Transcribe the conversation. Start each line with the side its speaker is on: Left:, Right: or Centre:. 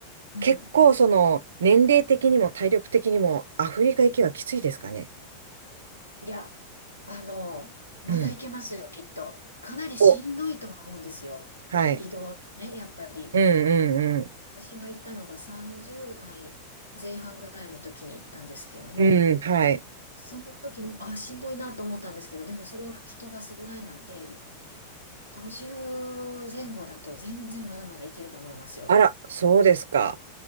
Left: うん。
Right: 結構その年齢的にも体力的にもアフリカ行きはきついですかね。
Left: いや、あの、まだいけますよ、
Right: うん。
Left: きっと。かなりしんどいとは思うんですよ。
Right: お、はい。
Left: 移動ね、やっぱり。
Right: うんうん
Left: 私が行ったのが30代前半ぐらいの時に行ったんですけども、
Right: うん。うん、はい。
Left: その時も、あ、しんどいなと思ったんですけど、でもそれを吹き飛ばすぐらいなんで、50前後だと全然まだまだいけると思いますよ。
Right: あら、そうですか。